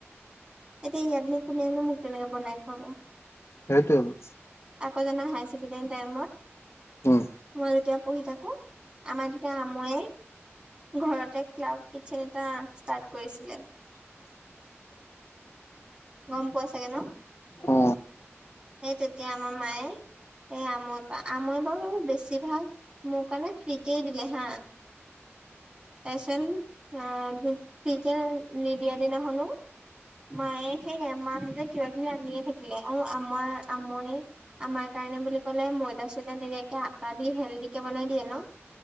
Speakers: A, on the right (about 20°); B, on the left (about 70°).
A: এতিয়া ইয়াত নো কোনে নো মোক তেনেকে বনাই খোৱাাব।
B: সেইটোৱে।
A: আকৌ জ হড টাইম
B: উম
A: মইতিয়া <unintelligible> পঢ়ি থাকো আমাৰ তেতিয়া আমায় ঘৰতে ক্লাউড কিটচেন এটা ষ্টাৰ্ট কৰিছিলে।
B: <inaudible>
A: গম পোৱা চাগে ন?
B: অ।
A: সেই তেতিয়া আমাৰ মায়ে এই আমৈ পৰা আমৈ বাৰু বেছি ভাল। মোৰ কাৰনে ফ্ৰীকে দিলে হা। তাইচন আহ ফী ফ্ৰীকে নিদিয়া দিনাখনো মায়ে সেই মাহঁতে কিবা কিবি আনিয়ে থাকিলে আৰু আমাৰ আমৈ আমাৰ কাৰণে বুলি ক'লে ময়দা - চয়দা নিদিয়াকে আটা দি হেল্ডিকে বনাই দিয়ে ন।